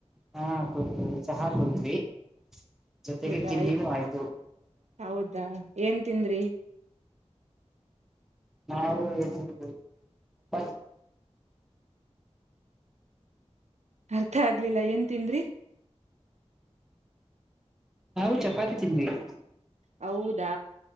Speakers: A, in the centre; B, on the right.
A: ಹಾ, ಕೂಡ್ದಿವಿಚಹಾ ಕೂಡಿದ್ದ ವಿ, - ಜೊತೆಗೆ
B: ಹೌದಾ
A: ತಿಂಡಿನೂ ಆಯ್ತು. -
B: ಹೌದಾ ಏನ್ ತಿಂದ್ರಿ
A: ನಾವುಪ್ಪತ್ <unintelligible>
B: ಆಯ್ತು. - ಮತ್ತ ಆಗ್ಲಿಲ್ಲಾ ಏನ್ ತಿಂದ್ರಿ. -
A: ನಾವು ಚಪಾತಿ ತಿಂದ್ವಿ. -
B: ಹೌದಾ,